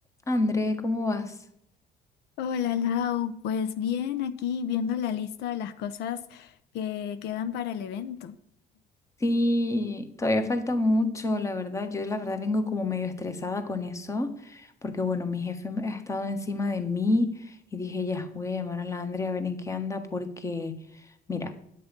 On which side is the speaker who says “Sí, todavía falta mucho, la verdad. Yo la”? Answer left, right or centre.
Left